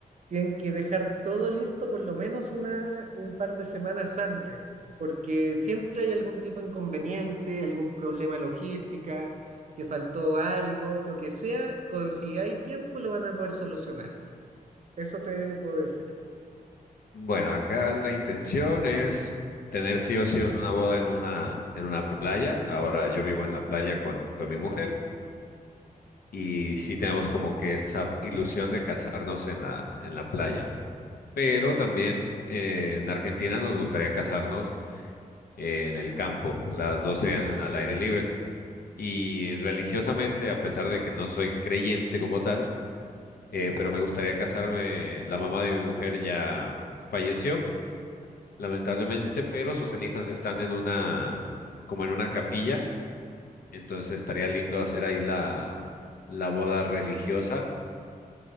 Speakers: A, on the right; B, on the left.
A: tienen que dejar todo listo por lo menos una, un par de semanas antes, porque siempre hay algún tipo de inconveniente, algún problema logística, que faltó algo, lo que sea, co- si hay tiempo lo van a poder solucionar. Eso te puedo decir.
B: Bueno, acá la intención es tener sí o sí una boda en una, en una playa. Ahora yo vivo en la playa con, con mi mujer y sí tenemos como que esa ilusión de casarnos en la, en la playa. Pero también eh, en Argentina nos gustaría casarnos en el campo. Las dos serían al aire libre. Y religiosamente, a pesar de que no soy creyente como tal, eh, pero me gustaría casarme, la mamá de mi mujer ya falleció. lamentablemente, pero sus cenizas están en una, como en una capilla, entonces estaría lindo hacer ahí la, la boda religiosa